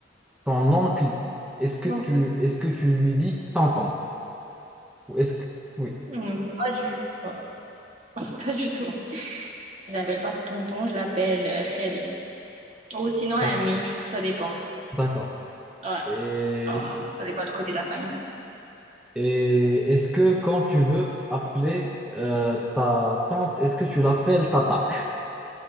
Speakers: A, in the centre; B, on the right (about 35°).
A: ton oncle, est-ce que
B: Donc,
A: tu est-ce que tu lui dis tonton? Ou est-ce que oui,
B: hmm, pas du, pas <laughs> pas du tout. Je l'appelle pas tonton, je l'appelle euh, Khali. Ou sinon ami,
A: d'accord,
B: du coup, ça dépend.
A: d'accord.
B: Ouais,
A: Et
B: Enfin, ça dépend du côté de la famille.
A: Et est-ce que quand tu veux appeler euh, ta tante, est-ce que tu l'appelles tata?